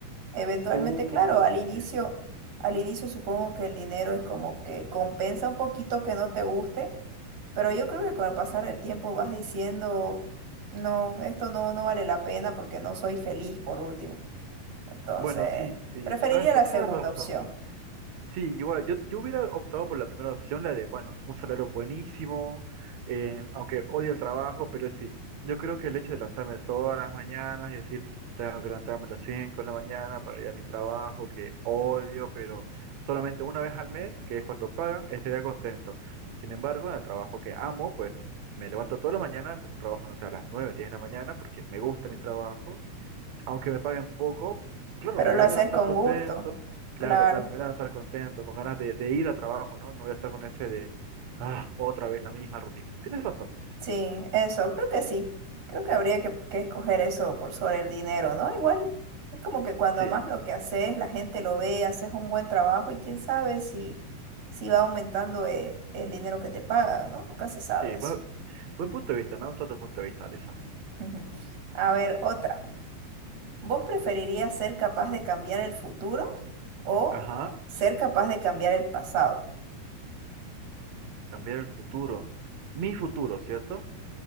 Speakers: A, on the right (about 45°); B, on the right (about 80°).
A: Eventualmente,
B: Uh,
A: claro, al inicio,
B: sí.
A: al inicio supongo que el dinero es como que compensa un poquito que no te guste, pero yo creo que con el pasar del tiempo vas diciendo, no, esto no, no vale la pena porque no soy feliz por último. Entonces,
B: Bueno, sí, sí,
A: preferiría
B: sabes que
A: la
B: tienes
A: segunda
B: razón.
A: opción,
B: Sí, igual, yo, yo hubiera optado por la primera opción, la de, bueno, un salario buenísimo, eh, aunque odio el trabajo, pero sí, yo creo que el hecho de levantarme todas las mañanas y decir, tengo que levantarme a las 5 de la mañana para ir a mi trabajo, que odio, pero solamente una vez al mes, que es cuando pagan, estaría contento. Sin embargo, en el trabajo que amo, pues me levanto todas las mañanas, en un trabajo, no sé, a las 9 10 de la mañana, porque me gusta mi trabajo aunque me paguen poco, claro,
A: pero
B: me
A: lo
B: voy
A: haces
B: a levantar
A: con
B: contento,
A: gusto.
B: claro,
A: Claro,
B: claro, me voy a levantar contento, con ganas de, de ir a trabajo, ¿no? No voy a estar con ese de, ah, otra vez la misma rutina. Tienes razón,
A: sí, eso, creo que sí. Creo que habría que, que escoger eso por sobre el dinero, ¿no? Igual es como que cuando
B: sí,
A: amas lo que haces, la gente lo ve, haces un buen trabajo y quién sabe si, si va aumentando eh, el dinero que te pagan, ¿no? Nunca se sabe
B: sí,
A: eso.
B: buen, buen punto de vista, me ha gustado tu punto de vista, Alison.
A: Ujú. A ver, otra. ¿Vos preferirías ser capaz de cambiar el futuro o
B: Ajá,
A: ser capaz de cambiar el pasado?
B: cambiar el futuro, mi futuro, ¿cierto?